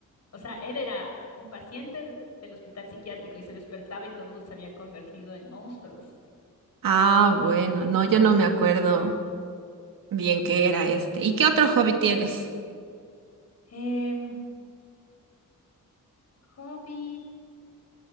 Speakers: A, on the left (about 50°); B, on the right (about 85°).
A: o sea, él era un paciente del hospital psiquiátrico y se despertaba y todos se habían convertido en monstruos.
B: Ah, bueno, no, yo no me acuerdo. Bien que era este. ¿Y qué otro hobby tienes?
A: Em, hobby,